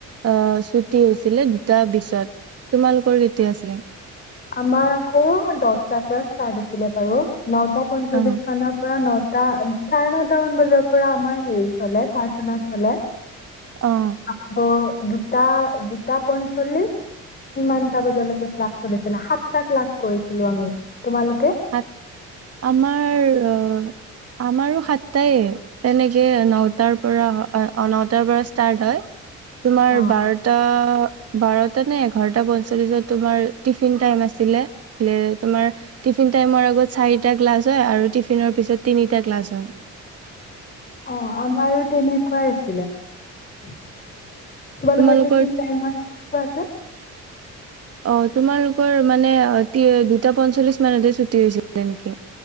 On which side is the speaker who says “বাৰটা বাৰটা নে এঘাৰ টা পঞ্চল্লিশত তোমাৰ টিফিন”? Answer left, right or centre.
Right